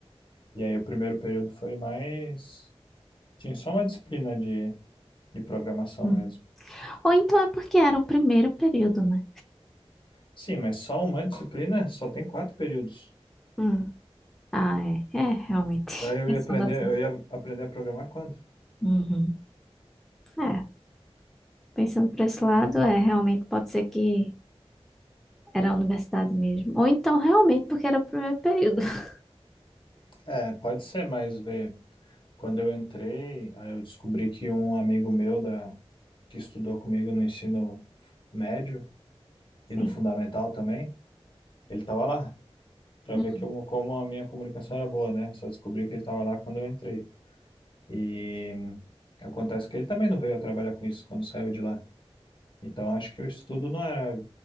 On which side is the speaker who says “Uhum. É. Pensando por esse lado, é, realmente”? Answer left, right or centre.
Centre